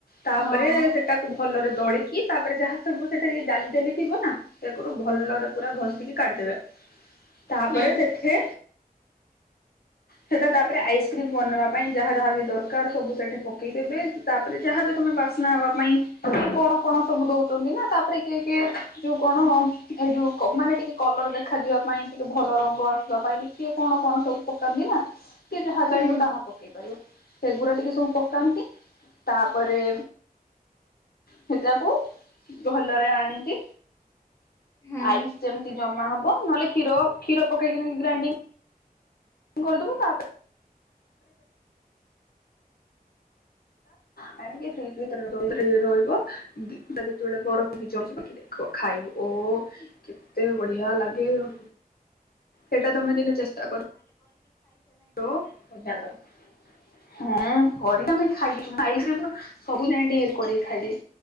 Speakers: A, on the left; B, on the left.
A: ତାପରେ
B: ହଁ
A: ସେଟାକୁ ଭଲରେ ଦଳିକି ତାପରେ ଯାହା ସବୁ ସେଠା ଡାଲି ଜାଲି ଥିବ ନା <unintelligible> ଭଲରେ ପୁରା ଘଷିକି କାଢ଼ିଦେବେ, ତାପରେ
B: ହୁଁ
A: ସେଠି ସେଟ ପରେ ଆଇସ୍କ୍ରିମ୍ ବନେଇବା ପାଇଁ ଯାହା ଯାହା ବି ଦରକାର ସବୁ ସେଠି ପକେଇଦେବେ, ତାପରେ ଯାହାବ ତମେ ବାସ୍ନା ହେବା ପାଇଁ କି କଣ କଣ ସବୁ ଦଉଛନ୍ତି ନା ତାପରେ କିଏ କିଏ ଯୋଉ କଣ ଏ ଯୋଉ ମାନେ ଟିକେ କଲର ଦେଖାଯିବା ପାଇଁ, ଟିକେ ଭଲ ରଙ୍ଗ ଆସିବା ପାଇଁ, କେ କଣ କଣ ସବୁ ପକାନ୍ତି ନା କେଜହାଜାାଇ
B: ହୁଁ
A: ମୁତାହା <unintelligible> ପକେଇ ପାରିବ, ସେଗୁଡ଼ା ଟିକେ ସବୁ ପକାନ୍ତି, ତାପରେ ସେଟକୁ ଭଲରେ ଆଣିକି
B: ହୁଁ
A: ଆଇସ୍ ଯେମିତି ଜମା ହବ, ନହେଲେ କ୍ଷୀର କ୍ଷୀର ପକେଇକି ଗ୍ରାଇ ଫ <unintelligible> କରିଦବୁ ତାପ ଫ୍ରିଜ ଭିତରେ ରହିବ, ଯେତେବେଳେ ବରଫ <unintelligible> ଜଛି ଟିକ ଦେଖ ଖାଇବ ଓ କେତେ ବଢିଆ ଲାଗେ ।
B: ହ <inaudible>
A: ସେଇଟା ତମେ ଦିନେ ଚେଷ୍ଟା କର । ହ ବଢ଼ି <unintelligible>
B: ହ
A: ହଁ କରିମେ ଖାଇଛ ସବୁ ଜାଣି କରିକି ଖାଇଦେ।